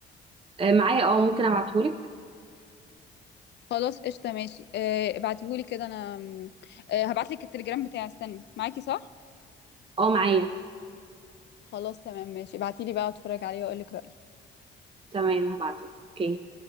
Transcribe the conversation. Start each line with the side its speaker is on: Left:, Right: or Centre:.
Right: آه، معايا اه ممكن ابعتهولك
Left: خلاص قشطة ماشي آه، ابعتيهولي كده انا م، آه، هبعتلك التليجرام بتاعي استني معاكي صح
Right: اه معايا
Left: خلاص تمام ماشي ابعتيلي بقى اتفرج عليه واقولك رأيي
Right: تمام هبعتلك اوكي